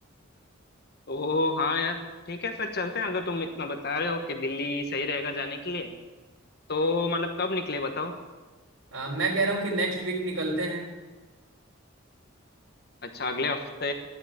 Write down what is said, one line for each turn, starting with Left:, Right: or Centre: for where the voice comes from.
Left: तो हाँ यार ठीक है फिर चलते हैं अगर तुम इतना बता रहे हो कि दिल्ली सही रहेगा जाने के लिए तो मतलब कब निकले बताओ
Right: आ, मैं कह रहा हूँ कि नेक्स्ट वीक निकलते हैं
Left: अच्छा अगले हफ्ते